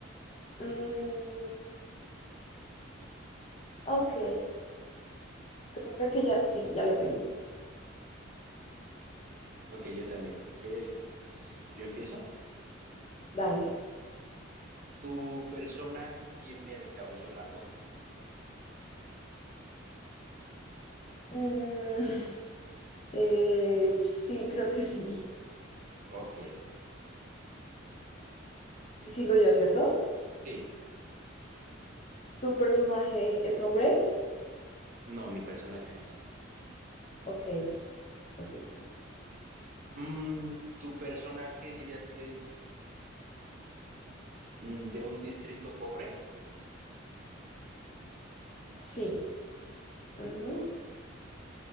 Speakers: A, on the left; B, on the right.
A: Mm, ok, creo que ya, sí, ya lo tengo.
B: Ok, yo también. Si quieres, yo empiezo.
A: Dale.
B: ¿Tu personaje tiene el cabello largo?
A: Mm, <laughs> <sighs> eh, sí, creo que sí.
B: Ok,
A: Sigo yo, ¿cierto?
B: sí.
A: ¿Tu personaje es hombre?
B: No, mi personaje no es hombre.
A: Ok, ok, ok.
B: Mm, ¿tu personaje dirías que es mm, de un distrito pobre?
A: Sí. ujú.
B: Ok.